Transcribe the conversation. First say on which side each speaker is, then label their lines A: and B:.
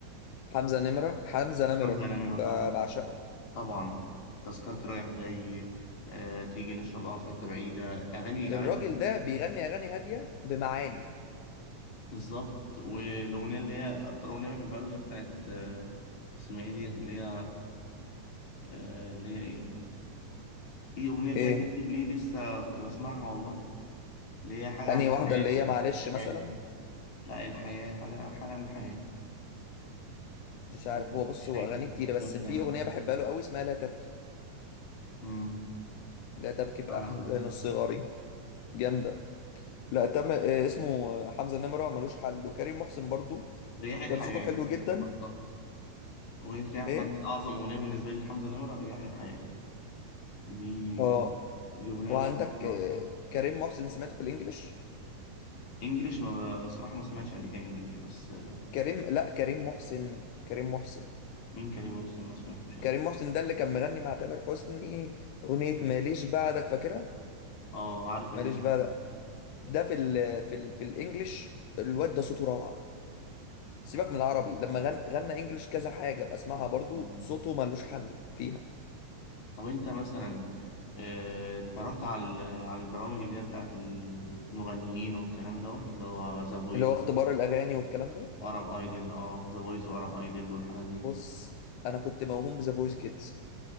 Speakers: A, on the left (about 75°); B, on the left (about 55°).
A: حمزة نمرة حمزة نمرة
B: حمزة نمرة
A: ب-
B: طبعا
A: بعشقه
B: طبعا تذكرتي رايح جاي آه، تيجي نشرب قهوة في حتة بعيدة أغاني
A: الراجل
B: أغاني كتير
A: ده
B: جدا
A: بيغني اغاني هادية بمعاني
B: بالظبط والأغنية اللي هي أكتر أغنية بحبها له اللي هي بتاعت آه، اسمها إيه ديت اللي هي آه، اللي هي إيه في أغنية كده
A: ايه
B: ليه ليه لسه كنت بسمعها والله اللي هي حاجة عن
A: انهي واحدة
B: الحياة
A: اللي هي معلش مثلا
B: الحياة. لا الحياة حاجة حاجة عن الحياة اسمها
A: مش عارف هو بص
B: مش
A: هو
B: فاكر
A: اغاني كتيرة
B: بس
A: بس
B: جميلة
A: في
B: يعني
A: اغنية بحبها له قوي اسمها لا تبكي
B: امم
A: لا تبكي في
B: آه،
A: احزان الصغار جامدة لا تم إيه اسمه آه، حمزة نمرة ملوش حل وكريم محسن برضو
B: رياح الحياة
A: كان صوته حلو جدا
B: افتكرتها أغنية رياح الحياة
A: ايه
B: دي أعظم أغنية بالنسبة لي لحمزة نمرة رياح الحياة دي
A: اه
B: دي أغنية
A: وعندك
B: بقعد أسمعها
A: آه،
B: على طول.
A: كريم محسن سمعته في الانجليش
B: إنجليش ما صراحة ما سمعتش قبل كده إنجليش بس آه،
A: كريم لا كريم محسن كريم محسن
B: مين كريم محسن ما سمعتوش قبل
A: كريم
B: كده
A: محسن ده اللي كان مغني مع تامر حسني اغنية ماليش بعدك فاكرها
B: أه عارف ماليش
A: ماليش
B: بعمل
A: بعدك ده في ال في ال في الانجليش الواد ده صوته روعة سيبك من العربي لما غن غنى انجليش كذا حاجة بسمعها برضو
B: مم.
A: صوته ملوش حل فيها
B: طب أنت مثلا آه، اتفرجت على ال- على البرامج اللي هي بتاعت المغنيين والكلام دوت اللي هو ذا فويس
A: اللي هو اختبار الاغاني والكلام ده
B: وأرب أيدل أه ذا فويس وأرب أيدل والحاجات دي
A: بص انا كنت موهوم بذا فويس كيدز